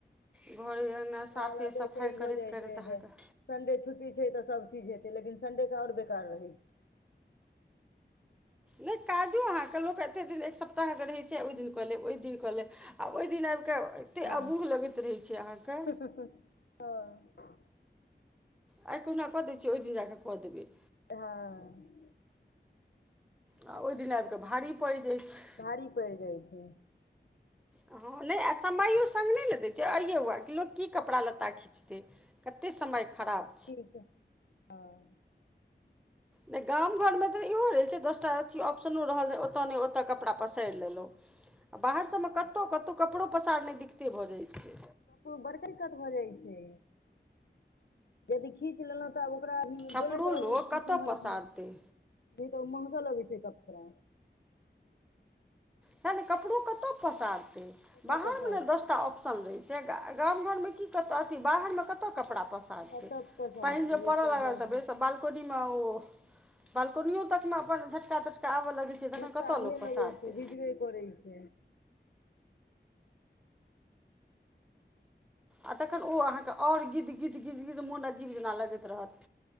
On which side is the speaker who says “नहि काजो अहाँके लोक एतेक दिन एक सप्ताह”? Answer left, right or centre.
Centre